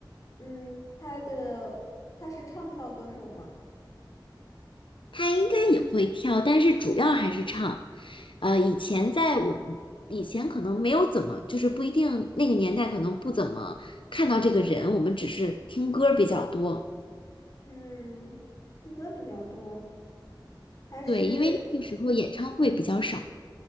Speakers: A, on the left (about 45°); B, on the left (about 85°).
A: 嗯，他的他是唱跳歌手嘛，
B: 他应该也会跳，但是主要还是唱。呃，以前在我们以前可能没有怎么，就是不一定那个年代可能不怎么看到这个人，我们只是听歌比较多。
A: 嗯，听歌比较多，他是
B: 对，因为那个时候演唱会比较少。